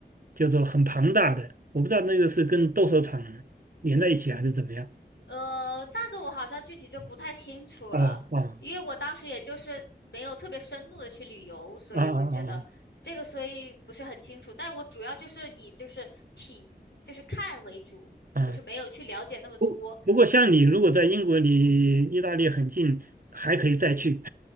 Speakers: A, on the right; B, on the left.
A: 就是说很庞大的，我不知道那个是跟斗兽场连在一起还是怎么样。
B: 呃，那个我好像具体就不太清楚了，
A: 啊啊
B: 因为我当时也就是没有特别深度的去旅游，所以我觉得这个所以不是很清楚。
A: 啊啊
B: 但我主要就是以就是体就是看为主，
A: 啊啊！
B: 就是没有去了解那么多。
A: 不不过像你如果在英国离意大利很近，还可以再去。